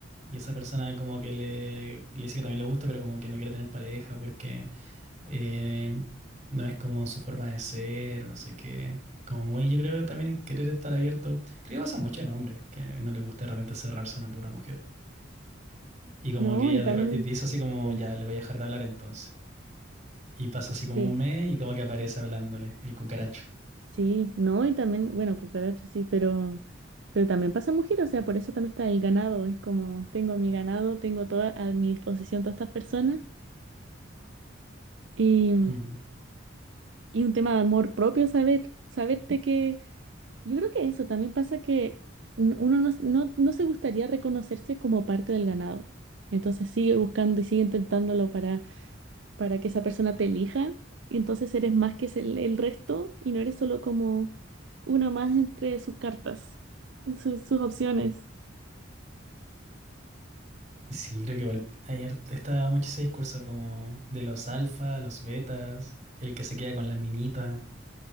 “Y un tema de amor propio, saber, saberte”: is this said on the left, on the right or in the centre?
Right